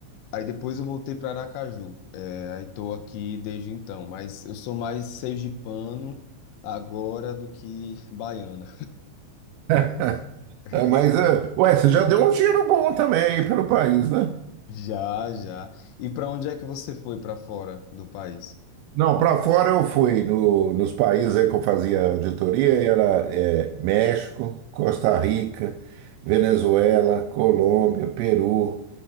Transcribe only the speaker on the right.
<laughs>
É, mas, é, ué, você já deu um giro bom também aí pelo país, né?
Não, para fora eu fui no- nos países aí que eu fazia auditoria, era é, México, Costa Rica, Venezuela, Colômbia, Peru,